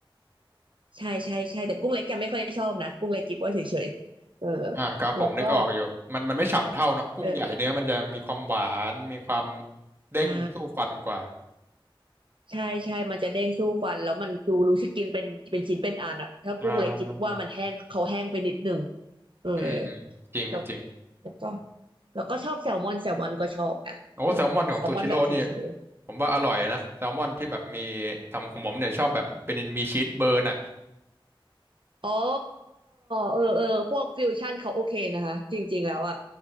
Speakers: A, on the right; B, on the right.
A: ใช่ใช่ใช่แต่กุ้งเล็กจะไม่ค่อยชอบนะกุ้งเล็กกิ๊บว่าเฉยๆเออ
B: อ่าครับผมนึกออกอยู่มันมันไม่ฉ่ำเท่าเนาะกุ้งใหญ่เนื้อมันจะมีความหวานมีความ
A: แล้วก็เออ
B: เด้งสู้ฟันกว่า
A: ใช่ใช่ใช่มันจะเด้งสู้ฟันแล้วมันดูรู้สึกกินเป็นเป็นชิ้นเป็นอันอะถ้ากุ้งเล็กกิ๊บว่ามันแห้งเขาแห้งไปนิดนึง
B: อ่า
A: เออ
B: อืมอืมจริงครับจริง
A: แล้วแล้วก็แล้วก็ชอบแซลมอนแซลมอนก็ชอบนะเออแซลมอนแบบเฉย
B: โอ้แซลมอนของซูชิโร่นี่ผมว่าอร่อยนะแซลมอนที่แบบมีทำของผมเนี่ยชอบแบบเป็นมีชีสเบิร์นอ่ะ
A: ๆอ๋อเออเออพวกฟิวชั่นเขาโอเคนะคะจริงๆแล้วอะ